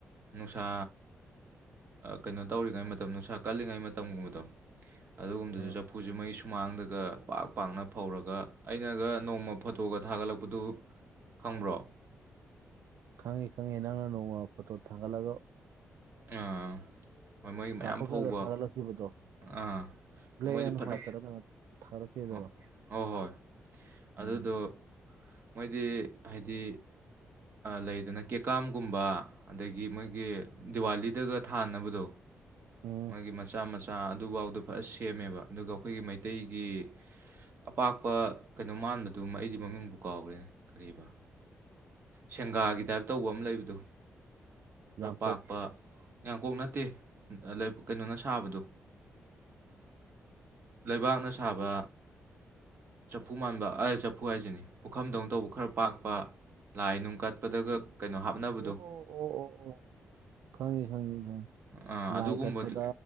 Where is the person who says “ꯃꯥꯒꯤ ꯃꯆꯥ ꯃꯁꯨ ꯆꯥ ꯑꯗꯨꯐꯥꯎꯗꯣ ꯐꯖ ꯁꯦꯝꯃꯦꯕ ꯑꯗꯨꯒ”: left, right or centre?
Right